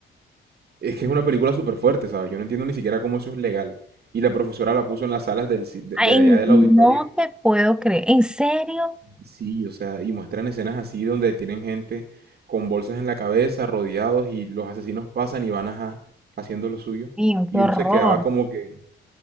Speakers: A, on the right (about 50°); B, in the centre.
A: Es que es una película súper fuerte, ¿sabes? Yo no entiendo ni siquiera cómo eso es legal. Y la profesora la puso en las salas del, ci- de,
B: Ay,
A: de allá del
B: no
A: auditorio.
B: te puedo creer. ¿En serio?
A: Sí, o sea, y muestran escenas así donde tienen gente con bolsas en la cabeza, rodeados, y los asesinos pasan y van ajá, haciendo lo suyo.
B: Mío,
A: Y
B: qué horror.
A: uno se quedaba como que...